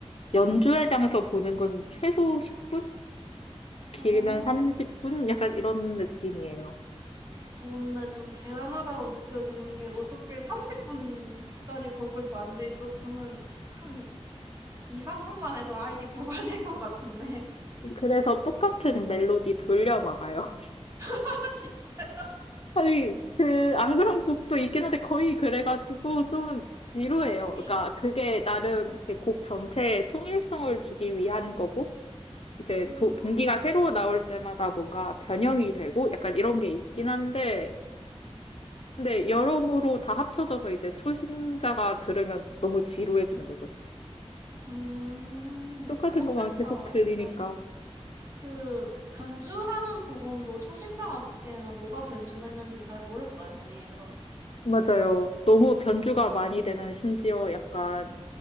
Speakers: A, on the left; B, on the right.
A: 연주회 장에서 보는 건 최소 10분? 길면
B: 어, 어,
A: 30분? 약간 이런 느낌이에요.
B: 근데 좀 대단하다고 느껴지는 게 어떻게 30분짜리 곡을 만들죠? 저는 한 2, 3분만 해도 아이디 고갈될 것 같은데.
A: 그래서 똑같은 멜로디 돌려 막아요. <laughs>
B: <laughs> 아, 진짜.
A: 아니, 그, 안 그런 곡도 있긴 한데 거의 그래가지고 좀 지루해요. 그러니까
B: 네.
A: 그게 나름 이렇게 곡 전체에 통일성을 주기 위한 거고, 이제
B: 음,
A: 소- 동기가 새로 나올 때마다 뭔가 변형이 되고 약간 이런 게 있긴 한데, 근데 여러모로 다 합쳐져서 이제 초심자가 들으면 너무 지루해지는 거죠.
B: 음,
A: 똑같은
B: 그렇겠다.
A: 것만 계속 들리니까.
B: 약간 그 변주하는 부분도 초심자가 듣기에는 뭐가 변주됐는지 잘 모를 거 아니에요.
A: 맞아요. 너무 변주가 많이 되면 심지어 약간